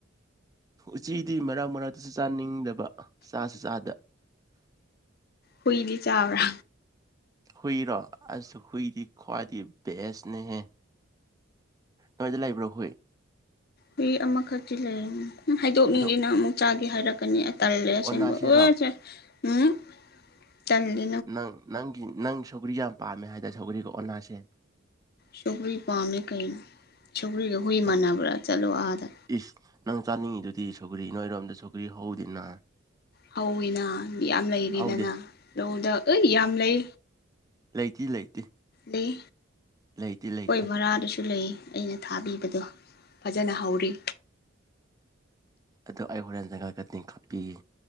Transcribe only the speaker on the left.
ꯍꯨꯏꯗꯤ ꯆꯥꯕ꯭ꯔꯥ
ꯍꯨꯢ ꯑꯃꯈꯛꯇꯤ ꯂꯩꯌꯦ ꯍꯥꯏꯗꯣꯛꯅꯤꯡꯇꯦ
ꯅꯪ ꯑꯃꯨꯛ ꯆꯥꯒꯦ ꯍꯥꯏꯔꯛꯀꯅꯤ ꯇꯜꯂꯦ ꯑꯁꯦꯡꯕ
ꯑꯣꯢ ꯁꯦ ꯎꯝ ꯇꯥꯜꯂꯤ
ꯁꯀ꯭ꯔꯤ ꯄꯥꯝꯃꯦ ꯀꯩꯅꯣ ꯁꯀ꯭ꯔꯤꯒ ꯍꯨꯏ
ꯃꯥꯟꯅꯕ꯭ꯔꯥ ꯆꯠꯂꯣ ꯑꯥꯗ
ꯍꯧꯋꯤꯅ ꯌꯥꯝ ꯂꯩꯔꯤꯗꯅ
ꯂꯧꯗ ꯑꯩ ꯌꯥꯝ ꯂꯩ
ꯂꯩ
ꯈꯣꯢ ꯚꯔꯥꯗꯁꯨ ꯂꯩ ꯑꯩꯅ ꯊꯥꯕꯤꯕꯗꯣ ꯐꯖꯅ ꯍꯧꯔꯤ